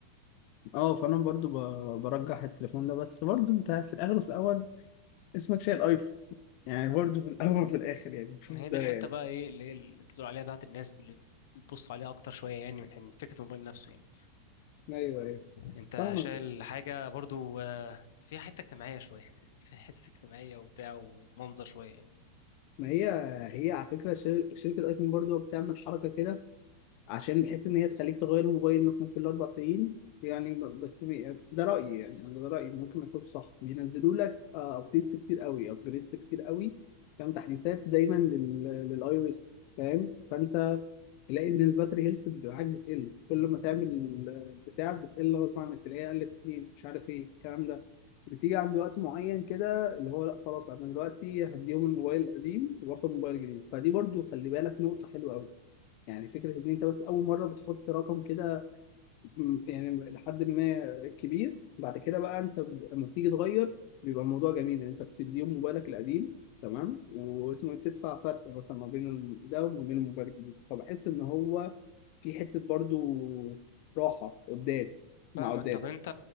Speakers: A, on the left; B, on the left.
A: اه فانا برضو ب... برجح التليفون ده بس برضو انت في الاخر وفي الاول اسمك شايل ايفون يعني برضو في الاول وفي الاخر يعني شوف
B: هي دي
A: ده
B: الحته
A: يعني
B: بقى ايه اللي هي اللي انت بتقول عليها بتاعت الناس اللي بتبص عليها اكتر شويه يعني من حين فكره الموبايل نفسه يعني
A: ايوه ايوه
B: انت
A: فاهمك
B: شايل حاجه برضو آه، فيها حته اجتماعيه شويه فيها حته اجتماعيه وبتاع ومنظر شويه يعني
A: ما هي هي على فكره شر... شركه ايفون برضو بتعمل حركه كده عشان بحيث ان هي تخليك تغير الموبايل مثلا كل اربع سنين يعني ب- بس بي- ده رايي يعني انا ده رايي ممكن ما يكونش صح بينزلوا لك ابديتس كتير قوي ابجريدز كتير قوي فاهم تحديثات دايما للاي او اس فاهم فانت تلاقي ان الباتري هيلث معاك بتقل كل ما تعمل آه، بتاع بتقل غصب عنك تلاقيها قلت اتنين مش عارف ايه الكلام ده بتيجي عند وقت معين كده اللي هو لا خلاص انا دلوقتي هديهم الموبايل القديم واخد موبايل جديد فدي برضو خلي بالك نقطة حلوة قوي. يعني فكرة إن أنت بس أول مرة بتحط رقم كده م- يعني لحد ما كبير بعد كده بقى أنت ب- لما بتيجي تغير بيبقى الموضوع جميل يعني أنت بتديهم موبايلك القديم تمام واسمه إيه؟ بتدفع فرق مثلا ما بين ال- ده وما بين الموبايل الجديد فبحس إن هو في حتة برضو راحة قدام مع
B: فاهمك
A: قدام
B: طب انت